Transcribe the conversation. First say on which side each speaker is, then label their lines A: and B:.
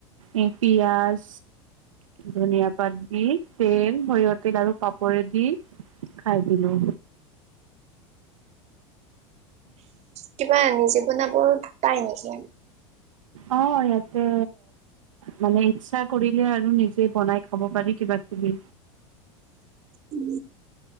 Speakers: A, on the right (about 80°); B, on the right (about 40°).
A: এ, পিয়াজ ধনিয়া পাত দি, তেল, সৰিয়হ তেল আৰু পাপৰে দি খাই দিলোঁ।
B: কিবা নিজে বনাব পাই নেকি?
A: অ', ইয়াতে মানে ইচ্ছা কৰিলে আৰু নিজে বনাই খাব পাৰি কিবা কিবি।
B: উম।